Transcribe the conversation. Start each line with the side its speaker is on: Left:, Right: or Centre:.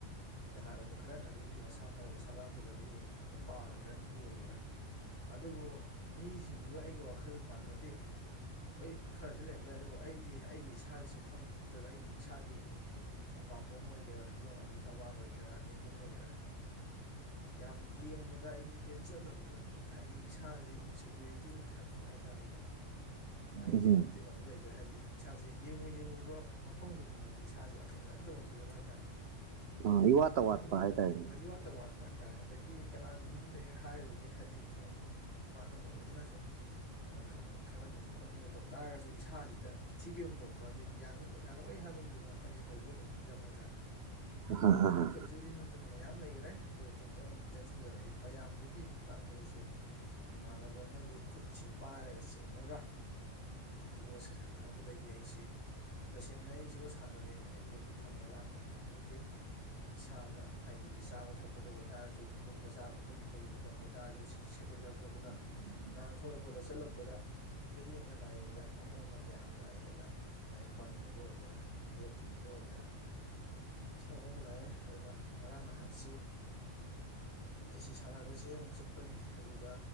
Left: ꯀꯅꯥꯒꯨꯝꯕ ꯈꯔꯅ ꯃꯤꯒꯤ ꯃꯁꯥ ꯐꯖꯕ ꯁꯕꯥꯟ ꯐꯖꯕ ꯌꯦꯡꯉꯤ ꯅꯨꯄꯥ ꯑꯣꯏꯒꯦꯔꯥ ꯅꯨꯄꯤ ꯑꯣꯏꯒꯦꯔꯥ ꯑꯗꯨꯕꯨ ꯃꯤꯖꯤꯡꯗꯨꯒ ꯑꯩꯒ ꯋꯥꯈꯜ ꯃꯥꯟꯅꯗꯦ ꯑꯩ ꯈꯔꯁꯨ ꯂꯩꯔꯝꯕ ꯌꯥꯏ ꯑꯗꯨꯕꯨ ꯑꯩꯗꯤ ꯑꯩꯒꯤ ꯏꯁꯥꯒꯤ ꯁꯛꯐꯝ ꯅꯠꯇ꯭ꯔꯒ ꯑꯩꯒꯤ ꯏꯁꯥꯒꯤ ꯄꯥꯝꯕꯣꯝ ꯑꯣꯏꯒꯦꯔꯥ ꯐꯤꯕꯝ ꯍꯥꯏꯗꯤ ꯊꯕꯥꯛ ꯑꯣꯏꯒꯦꯔꯥ ꯂꯦꯡꯖꯨꯝ ꯑꯣꯏꯒꯦꯔꯥ ꯌꯥꯝ ꯌꯦꯡꯕꯗ ꯑꯩꯗꯤ ꯄꯦꯟꯖꯗꯕꯗ ꯑꯗꯨꯝ ꯍꯥꯏꯗꯤ ꯏꯁꯥꯥꯁꯤ ꯏꯟꯁꯤꯀ꯭ꯌꯨꯔꯤꯇꯤ ꯗꯤꯟ ꯊꯟꯕ ꯍꯥꯏꯇꯥꯔꯦꯀꯣ ꯋꯥꯍꯩꯁꯦ
Right: ꯎꯝꯍꯨꯝ
Left: ꯃꯩꯇꯩꯂꯣꯟꯗ ꯂꯩꯗꯅ ꯍꯥꯏꯗꯤ ꯏꯁꯥꯁꯦ ꯌꯦꯡꯉꯨ ꯌꯦꯡꯉꯨꯕ ꯃꯐꯝ ꯈꯨꯗꯤꯡꯃꯛ ꯏꯁꯥꯥꯁꯦ ꯑꯄꯦꯟꯕ ꯑꯃꯇ ꯑꯣꯏꯖꯗꯕ ꯍꯥꯏꯇꯥꯔꯦ
Right: ꯑꯥ ꯏꯋꯥꯠꯇ
Left: ꯃꯇꯝꯖꯤꯗ
Right: ꯋꯥꯠꯄ ꯍꯥꯏꯇꯥꯔꯦꯅꯦ
Left: ꯑꯥ ꯏꯋꯥꯠꯇ ꯋꯥꯠ ꯍꯥꯏꯇꯥꯔꯦ ꯑꯗꯒꯤ ꯀꯅꯥꯒꯨꯝꯕ ꯑꯃꯗ ꯍꯦꯛ ꯍꯥꯏꯔꯨꯒꯦ ꯍꯥꯏꯕꯗꯤ ꯁꯨꯝ ꯄꯥꯈꯪ ꯑꯣꯏꯕꯅꯤꯅ ꯁꯨꯝ ꯈꯪꯅꯤꯡ ꯈꯪꯍꯅꯤꯡꯕ ꯈꯣꯠꯅꯤꯡꯕ ꯇꯧ ꯇꯥꯔꯒꯁꯨ ꯏꯁꯥꯁꯤꯗ ꯀꯤꯊꯤ ꯀꯩꯔꯨꯝꯝ ꯇꯧꯕ ꯑꯗꯒꯤ ꯌꯥ ꯌꯥꯔꯣꯏ ꯍꯥꯏꯕꯒꯤ ꯋꯥꯈ ꯈꯗꯤ ꯍꯧꯕꯒ ꯑꯗꯨꯝ ꯈꯟꯖꯕ ꯍꯥꯏꯇꯥꯔꯦ
Right: <inaudible> ꯑꯍꯥ
Left: ꯑꯗꯨ ꯈꯛꯇꯗꯤ ꯅ ꯑꯗꯨꯅ ꯃꯌꯥꯝ ꯂꯩꯈꯔꯦ ꯑꯗꯨ ꯇ ꯇꯦꯟꯁꯤꯟꯖꯔꯛꯑꯒꯦ ꯃꯌꯥꯝꯗꯨꯒꯤ ꯃꯇꯥꯡꯗ ꯑꯩꯁꯦ ꯏꯃꯥꯟꯅꯕ ꯑꯃꯅ ꯌꯩ ꯈꯨꯠꯁꯤ ꯄꯥꯏꯔꯒ ꯆꯤꯡꯉꯒ ꯌꯣꯠꯁꯤ ꯁꯥꯟꯅꯔꯝꯕꯗꯒꯤ ꯑꯩꯁꯤ ꯇꯁꯦꯡꯅ ꯑꯩ ꯁꯤꯃ ꯁꯥꯟꯅꯔꯦꯅ ꯑꯩ ꯑꯗꯨ ꯐꯪꯉꯦ ꯑꯗꯥ ꯐꯪꯉꯦ ꯍꯥꯏꯕ ꯅꯠꯇꯦ ꯏꯁꯥꯗ ꯍꯥꯏꯗꯤ ꯆꯥꯕ ꯊꯛꯄꯗ ꯑꯣꯏꯇꯥꯔꯁꯨ ꯇꯨꯝꯕ ꯆꯥꯕ ꯇꯨꯝꯕꯒꯤ ꯃꯇꯝ ꯑꯣꯏꯇꯥꯔꯁꯨ ꯁꯦꯠꯇꯣꯛ ꯆꯥꯊꯣꯔꯛꯄꯗ
Right: ꯎꯝ <unintelligible>
Left: ꯉꯥꯡꯊꯣꯔꯛꯄꯗ ꯆꯠꯂꯛꯄꯗ ꯃꯤꯠꯌꯦꯡꯗ ꯅꯥꯏꯌꯦꯡꯗ ꯑꯍꯣꯡꯕ ꯀꯌꯥ ꯑꯃ ꯂꯥꯛꯑꯦ ꯍꯥꯏꯇꯥꯔꯦ ꯂꯥꯏꯔꯤꯛ ꯄꯥꯅꯤꯡꯕꯗ ꯑꯣꯏꯒꯦꯔꯥ ꯃꯤꯔꯛ ꯇꯤꯟꯕꯗ ꯑꯣꯏꯒꯦꯔꯥ ꯌꯥꯝ ꯊꯤꯅ ꯑꯍꯣꯡꯕ ꯂꯥꯛꯑꯦ ꯑꯗꯨꯅ ꯉꯔꯥꯡ ꯅꯍꯥꯟꯁꯤ ꯑꯩꯁꯤ ꯁꯥꯟꯅꯕꯁꯦ ꯑꯃꯨꯛ ꯆꯠꯄꯅꯦ ꯑꯗꯨꯗ